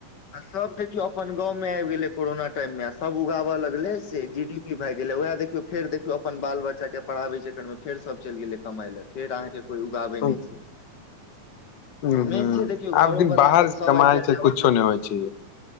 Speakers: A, on the left; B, on the left.
A: आ सब देखियो अपन गाँंव में आबि गेले कोरोना टाइम में सब उगाबऽ लगले से जी डी पी भाइग गेलै वएह देखियौ फेर देखियौ अपन बाल बच्चाक के पढ़ाबै चकरमे फेर सब चलि गेलै कमाइ लए फेर अहाँके कोइ उगाबै
B: भेल
A: नहि छैय।
B: ह
A: मेन
B: ह
A: छैय देखियौ
B: आब
A: घरोवला
B: दिन बाहर
A: सब सब
B: कमाइ
A: आइ काल्हि
B: छै
A: जमाना
B: कुछो नहि होइ छै